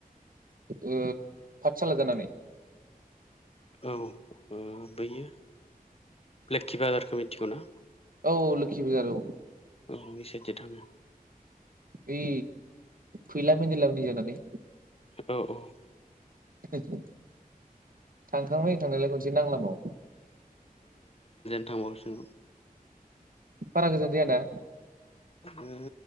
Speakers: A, on the right (about 65°); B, on the left (about 40°).
A: ओ पाठसाला जानानै
B: औ ओ बैयो लोक्षि बाजारखौ मिथिगौना
A: औ ओ लोखि बुजार औ
B: औ इ साइद दों थाङो
A: ओइ फैला मेन्देला मोननि जानानै
B: औ औ
A: साइदजों थांखांबाय थांनायआलाय खनसे नांलाम आव
B: थांबावगोसो
A: बारा गोजान जाया दा
B: ओ